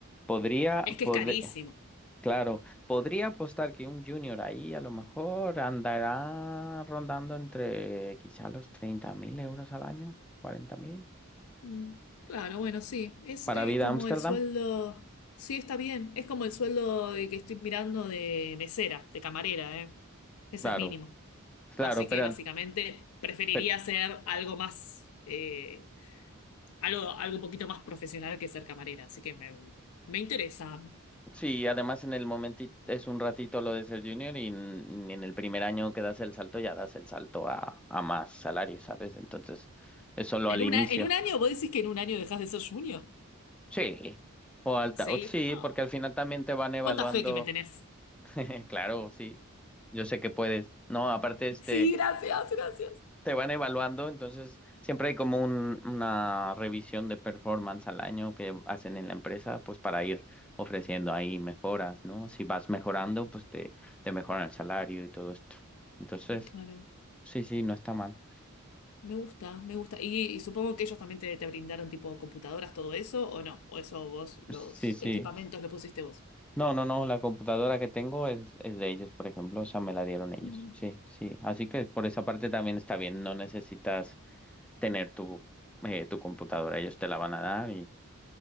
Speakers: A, in the centre; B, on the left.
A: podría,
B: Es que
A: pod-
B: es carísimo.
A: claro, podría apostar que un junior ahí a lo mejor andará rondando entre quizá los treinta mil euros al año, cuarenta mil.
B: Mm, Claro, bueno, sí, es,
A: Para
B: eh,
A: vida
B: como
A: Ámsterdam,
B: el sueldo, sí, está bien, es como el sueldo de que estoy mirando de mesera, de camarera, ¿eh? Es
A: claro,
B: el mínimo.
A: claro,
B: Así
A: pero,
B: que básicamente preferiría
A: pero
B: hacer algo más, eh, algo, algo un poquito más profesional que ser camarera, así que me, me interesa.
A: sí, además en el momentito es un ratito lo de ser junior y en, en el primer año que das el salto ya das el salto a, a más salarios, ¿sabes? Entonces, es solo
B: ¿En
A: al inicio.
B: una, en un año? ¿Vos decís que en un año dejas de ser junior?
A: Sí, o alta,
B: Sí.
A: o sí,
B: Ah,
A: porque al final también te van evaluando,
B: ¿Cuánta fe que me tenés?
A: <laughs> claro, sí, yo sé que puedes, no, aparte este,
B: Sí, gracias, gracias.
A: te van evaluando, entonces siempre hay como un, una revisión de performance al año que hacen en la empresa, pues para ir ofreciendo ahí mejoras, ¿no? Si vas mejorando, pues te, te mejoran el salario y todo esto. Entonces,
B: Claro.
A: sí, sí, no está mal.
B: Me gusta, me gusta. Y, y supongo que ellos también te, te brindaron tipo computadoras, todo eso, ¿o no? ¿O eso vos, los
A: Sí, sí.
B: equipamientos lo pusiste vos?
A: No, no, no, la computadora que tengo es, es de ellos, por ejemplo, o sea, me la dieron ellos,
B: Bueno.
A: sí, sí, así que por esa parte también está bien, no necesitas tener tu, eh, tu computadora, ellos te la van a dar y